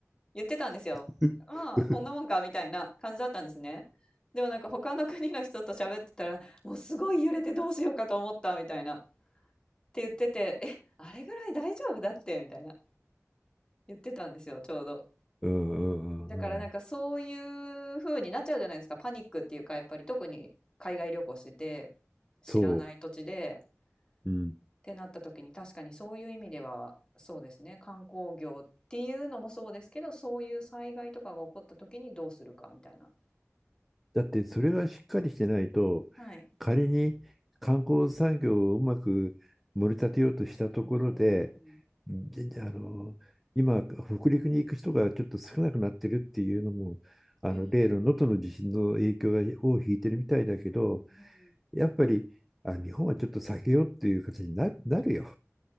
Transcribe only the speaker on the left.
言ってたんですよ。
ああ、こんなもんか、みたいな感じだったんですね。でもなんか他の国の人と喋ってたら、もうすごい揺れてどうしようかと思った、みたいな。って言ってて、え、あれぐらい大丈夫だって、みたいな言ってたんですよ、ちょうど。
だからなんかそういう風になっちゃうじゃないですか。パニックっていうか、やっぱり特に海外旅行してて、知らない土地で、
ってなった時に確かにそういう意味では、そうですね。観光業っていうのもそうですけど、そういう災害とかが起こった時にどうするかみたいな。
はい。
うんうんうん。
へえ。うんうんうん。